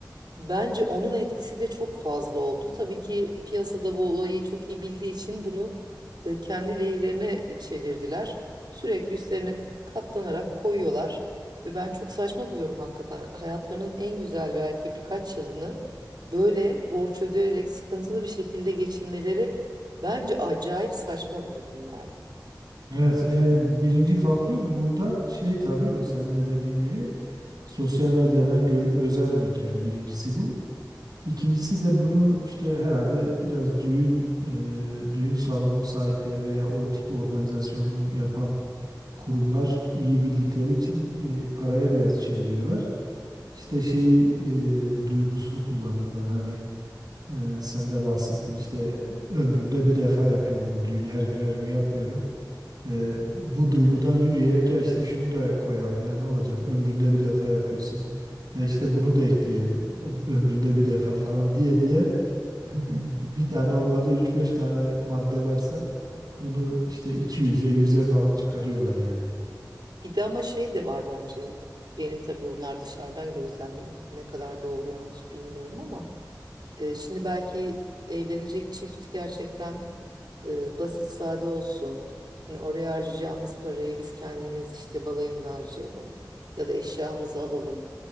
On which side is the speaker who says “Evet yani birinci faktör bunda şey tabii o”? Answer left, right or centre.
Right